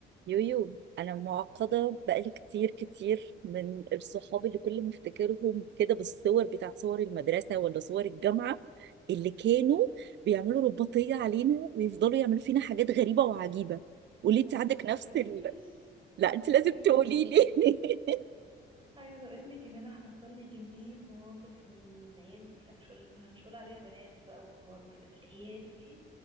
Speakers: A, on the right; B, on the right.
A: يويو انا معقده بقالي كتير كتير من الصحاب اللي كل ما افتكرهم كده بالصور بتاعت صور المدرسه ولا صور الجامعه اللي كانوا بيعملوا رباطيه علينا ويفضلوا يعملوا فينا حاجات غريبه وعجيبه وليه
B: ما
A: انت
B: تفكرنيش
A: عندك نفس ال... <laughs> لا
B: ما
A: انت
B: تفكرنيش
A: لازم تقولي لي
B: عايزه اقول لك ان انا حصل لي كميه مواقف من العيال دي انا مش هقول انا مش هقول عليها بنات بقى وكبار وكده العيال دي